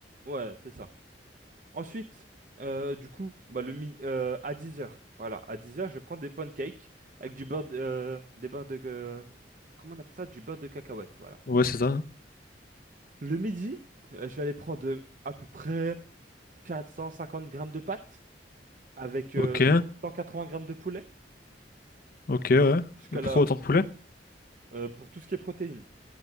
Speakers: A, on the right; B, on the left.
A: Ouais, c'est ça. Ensuite, euh, du coup, bah, le mi- euh, à 10h. Voilà, à 10h, je prends des pancakes avec du beurre de, euh, des beurres de euh, comment on appelle ça? Du beurre de cacahuète, voilà.
B: Ouais, c'est ça.
A: Le midi, euh, je vais aller prendre euh, à peu près 450 grammes de pâtes avec euh,
B: Ok.
A: 180 grammes de poulet.
B: Ok, ouais.
A: Jusqu'à là,
B: Pro autant de poulet?
A: euh, pour tout ce qui est protéines.